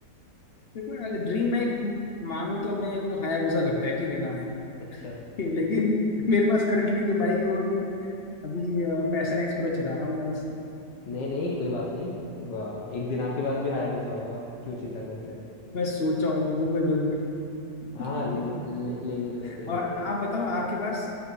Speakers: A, on the left (about 55°); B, on the left (about 75°).
A: देखो अगर ड्रीम बाइक मानो तो मैं वो हायाबुसा लगता है ठीक है ना
B: अच्छा
A: <laughs> लेकिन मेरे पास करंटली जो बाइक है वो अभी अभी पैशन एक्सप्रो चला रहा हूँ मैं बस
B: नहीं नहीं कोई बात नहीं ब- एक दिन आपके पास भी हायाबुसा होगा क्यों चिंता करते हैं
A: मैं सोचा हूँ लूंगा जरूर
B: हाँ हाँ
A: <laughs>
B: लूंगा ले, लेंगे जरूर कोई नहीं
A: और
B: कोई
A: आप बताओ आपके पास